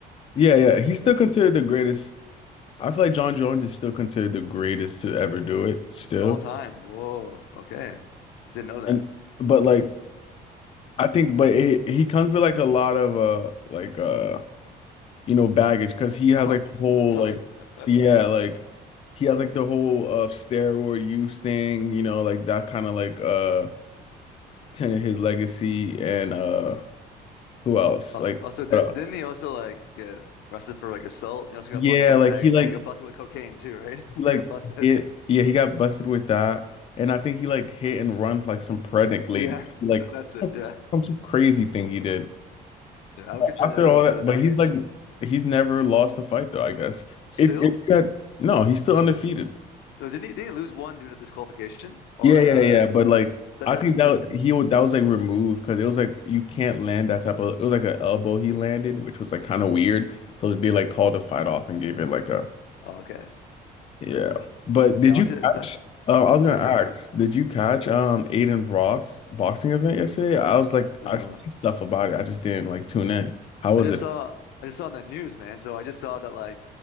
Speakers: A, on the left; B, on the left.
A: Yeah, yeah. He's still considered the greatest. I feel like John Jones is still considered the greatest to ever do it still.
B: All time. Whoa. Okay. Didn't know that.
A: And
B: <laughs>
A: but like I think but it, he comes with like a lot of uh like uh you know, baggage because he has
B: Oh,
A: like the whole
B: a ton.
A: like
B: <laughs>
A: yeah, like he has like the whole uh steroid use thing, you know, like that kind of like uh tainted his legacy and uh who else?
B: Uh,
A: Like
B: also, di
A: what
B: didn't
A: else?
B: he also like get arrested for like assault? He also got
A: Yeah,
B: busted with
A: like
B: bag,
A: he like
B: and he got busted with cocaine too, right? <laughs>
A: he like
B: He got busted.
A: hit, yeah, he got busted with that. And I think he like hit and run like some pregnant lady.
B: Yeah,
A: Like
B: Th- that's it.
A: some,
B: Yeah,
A: some some crazy thing he did.
B: Mm. yeah.
A: But
B: I would consider
A: after
B: that a little
A: all that,
B: bit of
A: but
B: baggage.
A: he's like he's never lost a fight though, I guess.
B: Still,
A: If if you had no, he's still undefeated.
B: No, didn't he? Didn't he lose one due to disqualification, or
A: Yeah, yeah,
B: uh,
A: yeah. But like,
B: that
A: I
B: that
A: think
B: doesn't
A: that
B: count?
A: he would that was like removed because it was like you can't land that type of. It was like an elbow he landed, which was like kind of weird. So they like called the fight off and gave it like a
B: Oh, okay.
A: yeah. But did
B: Yeah, honestly,
A: you
B: that,
A: catch?
B: that
A: Uh, I was gonna
B: sorry,
A: ask,
B: go.
A: did you catch um Aiden Ross boxing event yesterday? I was like,
B: No.
A: I seen stuff about it. I just didn't like tune in. How
B: I
A: was
B: just
A: it?
B: saw I just saw on the news, man. So I just saw that like